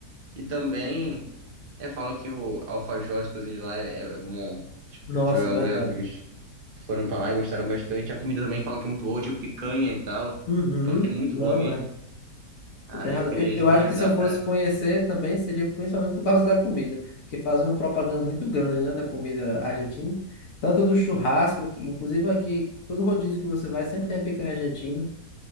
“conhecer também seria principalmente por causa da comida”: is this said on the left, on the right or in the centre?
Left